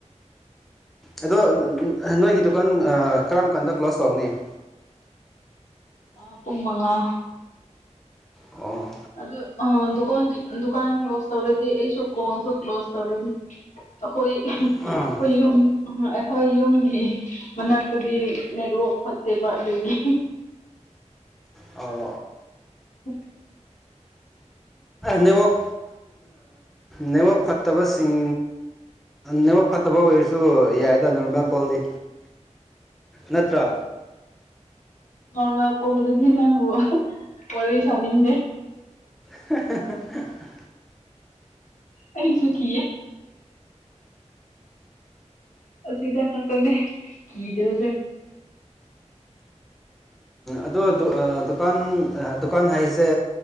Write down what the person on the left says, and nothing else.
ꯑ ꯄꯨꯉꯃꯉ
ꯑꯗꯨ ꯗꯨꯀꯥꯟ ꯗꯨꯀꯥꯟ ꯀ꯭ꯂꯣꯖ ꯇꯧꯔꯗꯤ ꯑꯩꯁꯨ ꯀꯣꯟꯁꯨ ꯀ꯭ꯂꯣꯖ ꯇꯧꯔꯗꯤ ꯑꯩꯈꯣꯏ ꯑꯩꯈꯣꯏ
ꯌꯨꯝ ꯑꯩꯈꯣꯏ ꯌꯨꯝꯒꯤ ꯃꯅꯥꯛꯇꯗꯤ ꯅꯦꯔ ꯐꯠꯇꯦ ꯃꯥꯔꯒꯤ
ꯍꯝ
ꯅꯣꯔꯃꯦꯜ ꯀꯣꯍꯗ ꯊ ꯅꯕ ꯋꯥꯔꯤ ꯁꯅꯤꯝ ꯗ
ꯑ ꯁ ꯀꯦ ꯁꯤꯗꯥ ꯈꯇꯅꯦ ꯃꯤꯖꯧꯁꯦ